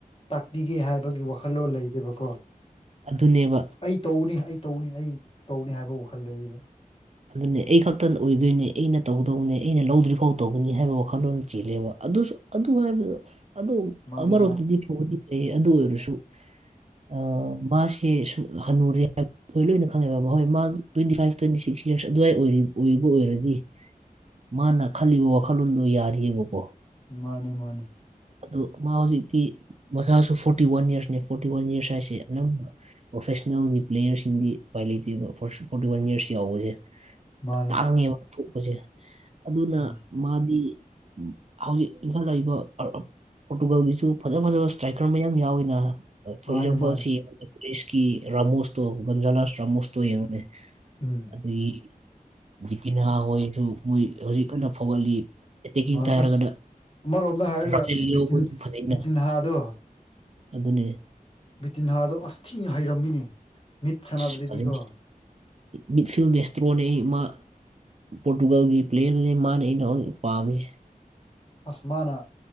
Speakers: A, on the left (about 40°); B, on the right (about 45°).
A: ꯇꯥꯛꯄꯤꯒꯦ ꯍꯥꯏꯕꯒꯤ ꯋꯥꯈꯜꯂꯣꯟ ꯂꯩꯗꯦꯕꯀꯣ
B: ꯑꯗꯨꯅꯦꯕ
A: ꯑꯩ ꯇꯧꯅꯤ ꯑꯩ ꯇꯧꯅꯤ ꯑꯩ ꯇꯧꯅꯤ ꯍꯥꯏꯕ ꯋꯥꯈꯜ ꯂꯩ
B: ꯑꯗꯨꯅꯦ ꯑꯩ ꯈꯛꯇ ꯑꯣꯏꯗꯣꯏꯅꯦ ꯑꯩꯅ ꯇꯧꯗꯧꯅꯦ ꯑꯩꯅ ꯂꯧꯗ꯭ꯔꯤꯐꯥꯎ ꯇꯧꯒꯅꯤ ꯍꯥꯏꯕ ꯋꯥꯈꯜꯂꯣꯟ ꯆꯦꯜꯂꯦꯕ ꯑꯗꯨꯁꯨ ꯑꯗꯨ ꯍꯥꯏꯕꯗꯣ ꯑꯗꯨ
A: ꯃꯥꯅꯦ
B: ꯑꯃꯔꯣꯝꯗꯗꯤ
A: ꯃꯥꯅꯦ
B: ꯐꯥꯕꯨꯗꯤ ꯐꯩꯌꯦ ꯑꯗꯨ ꯑꯣꯏꯔꯁꯨ ꯑꯥ ꯃꯥꯁꯦ <unintelligible> ꯍꯅꯨꯔꯦ ꯑꯈꯣꯏ ꯂꯣꯏꯅ ꯈꯪꯉꯦꯕ ꯍꯣꯏ ꯃꯥ twenty five twenty six yes ꯑꯗꯨ꯭ꯋꯥꯏ ꯑꯣꯏꯕꯥ ꯑꯣꯏꯔꯥꯗꯤ ꯃꯥꯅ ꯈꯜꯂꯤꯕ ꯋꯥꯈꯜꯂꯣꯟꯗꯣ ꯌꯥꯔꯤꯕꯀꯣ꯫
A: ꯃꯥꯅꯦ ꯃꯥꯅꯦ꯫
B: ꯑꯗꯨ ꯃꯥ ꯍꯧꯖꯤꯛꯇꯤ ꯃꯁꯥꯁꯨ ꯐꯣꯔꯇꯤ ꯋꯥꯟ ꯌꯥꯔꯁꯅꯦ ꯐꯣꯔꯇꯤ ꯋꯥꯟ ꯌꯥꯔꯁ ꯍꯥꯏꯁꯦ ꯑꯗꯨꯝ꯫ ꯄ꯭ꯔꯣꯐꯦꯁꯅꯦꯜꯒꯤ ꯄ꯭ꯂꯦꯌꯔꯁꯤꯡꯗꯤ ꯎꯄꯥꯏ ꯂꯩꯇ꯭ꯔꯤꯕ ꯐ ꯐꯣꯔꯇꯤꯋꯥꯟ ꯌꯔꯁ ꯌꯥꯎꯕꯁꯦ꯫
A: ꯃꯥꯅꯦ
B: ꯇꯥꯡꯉꯦꯕ ꯊꯣꯛꯄꯁꯦ ꯑꯗꯨꯅ꯫
A: ꯎꯝ
B: ꯃꯥꯗꯤ ꯍꯧꯖꯤꯛ꯫ ꯏꯟꯈꯠꯂꯛꯏꯕ ꯄꯣꯔꯇꯨꯒꯜꯒꯤꯁꯨ ꯐꯖ ꯐꯖꯕ ꯏꯁꯇ꯭ꯔꯥꯏꯀꯔ ꯃꯌꯥꯝ ꯌꯥꯎꯋꯤꯅ꯫ ꯐꯣꯔ
A: ꯃꯥꯅꯦ
B: ꯑꯦꯛꯖꯥꯝꯄꯜ
A: ꯃꯥꯅꯦ
B: ꯁꯤ꯭ꯔꯦꯁꯀꯤ ꯔꯥꯃꯣꯁ ꯇꯣ ꯒꯟꯖꯥꯂꯥꯥꯁ ꯇ꯭ꯔꯥꯃꯣꯁꯇꯣ ꯌꯦꯡꯉꯨꯅꯦ
A: ꯎꯝ
B: ꯑꯗꯒꯤ꯫ ꯕꯤꯇꯤꯅꯥꯥ ꯍꯣꯏꯁꯨ ꯃꯣꯏ ꯍꯧꯖꯤꯛ ꯀꯟꯅ ꯐꯥꯎꯒꯠꯂꯤ ꯑꯦꯇꯦꯛꯀꯤꯡꯇ
A: ꯃꯥꯅꯦ
B: ꯍꯥꯏꯔꯒꯅ꯫
A: ꯑꯁ ꯑꯃꯔꯣꯝꯗ ꯍꯥꯏꯔꯒ
B: ꯔꯐꯦꯜꯂꯤꯑꯣ
A: ꯕꯤꯇꯤꯟ
B: ꯑꯩꯈꯣꯏꯁꯨ ꯐꯖꯩꯅꯦ
A: ꯕꯤꯇꯤꯟꯍꯥꯗꯣ
B: ꯑꯗꯨꯅꯦ꯫
A: ꯕꯤꯇꯤꯟꯍꯥꯗꯣ ꯑꯁꯊꯤ ꯍꯩꯔꯝꯃꯤꯅꯦ꯫ ꯃꯤꯠ ꯁꯥꯟꯅꯕꯗꯗꯤꯀꯣ
B: ꯐꯖꯩ ꯃꯤꯠꯐꯤꯂꯝ ꯃꯁꯇ꯭ꯔꯣꯅꯦꯍꯦ ꯃꯥ꯫ ꯄꯣꯔꯇꯨꯒꯜꯒꯤ ꯄ꯭ꯂꯦꯌꯔꯅꯦ ꯃꯥꯅ ꯑꯩꯅ ꯍꯧ ꯄꯥꯝꯃꯤꯁꯦ꯫
A: ꯑꯁ ꯃꯥꯅ